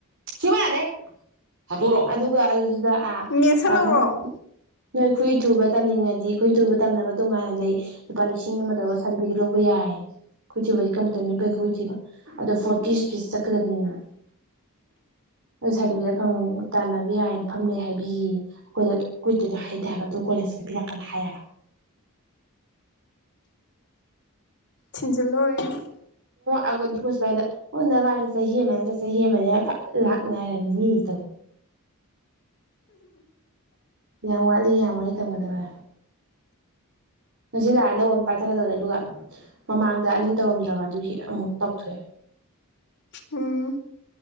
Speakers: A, on the right; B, on the left.
A: ꯁꯤꯃꯅꯦ ꯍꯥꯠꯇꯣꯔꯛꯑꯣ ꯑꯗꯨꯒ ꯑꯗꯨꯗ ꯑꯥ
B: ꯅꯦꯠꯁꯜꯍꯧꯔꯣ
A: ꯅꯣꯏ ꯅꯣꯏ ꯈꯨꯏ ꯊꯨꯕ ꯇꯝꯅꯤꯡꯉꯗꯤ ꯑꯩꯈꯣꯏ ꯇꯨꯕ ꯇꯝꯅꯕ ꯇꯣꯉꯥꯏꯅ ꯂꯩ ꯂꯨꯄꯥ ꯂꯤꯁꯤꯡ ꯑꯃ ꯇꯧꯔꯒ ꯁꯥꯔꯇꯤꯐꯤꯀꯦꯠ ꯂꯧꯕ ꯌꯥꯏꯌꯦ ꯀꯨꯏꯊꯕꯗꯤ ꯀ ꯃꯇꯝ ꯀꯩ ꯈꯨꯏꯊꯤꯕ ꯑꯗꯣ ꯐꯣꯔꯇꯤꯁ ꯄꯤꯁ ꯆꯠꯀꯗꯕꯅꯤ ꯁꯥꯇ ꯌꯥꯐꯝ ꯇꯥꯟꯅꯕ ꯌꯥꯏꯐꯝ ꯂꯩ ꯍꯥꯏꯕꯤꯈꯤ ꯑꯩꯈꯣꯏꯗꯣ ꯀꯨꯏꯣꯏꯗꯣ ꯍꯥꯏꯇꯥꯦꯕ ꯑꯗꯣ ꯀꯣꯂꯦꯖꯅ ꯄꯤꯔꯛꯀꯅ ꯍꯥꯏꯌꯦꯕ
B: ꯊꯤꯟꯖꯤꯜꯂꯨꯔꯦ
A: ꯑꯣꯒ ꯁ ꯃꯥꯏꯗ ꯑꯣ ꯅꯕꯥꯅꯤ ꯆꯍꯤ ꯑꯃ ꯅꯠꯇ꯭ꯔ ꯆꯍꯤ ꯑꯃꯅꯦ ꯂꯥꯛꯅꯔꯅꯤꯇꯧ ꯌꯥꯝ ꯋꯥꯠꯂꯤ ꯌꯥꯝ ꯋꯥꯔꯤ ꯇꯝꯒꯗꯕ ꯉꯁꯤ ꯂꯥꯛꯑꯦ ꯅꯧꯕꯣꯟ ꯑꯃ ꯄꯥꯏꯊꯛꯒꯗꯕꯅꯦ ꯑꯗꯨꯒ ꯃꯃꯥꯡꯗ ꯑꯅꯤ ꯇꯧꯔꯝꯗ꯭ꯔꯕ ꯑꯗꯨꯒꯤ ꯑꯃꯨꯛ ꯇꯧꯊꯣꯛꯑꯦ
B: ꯎꯝ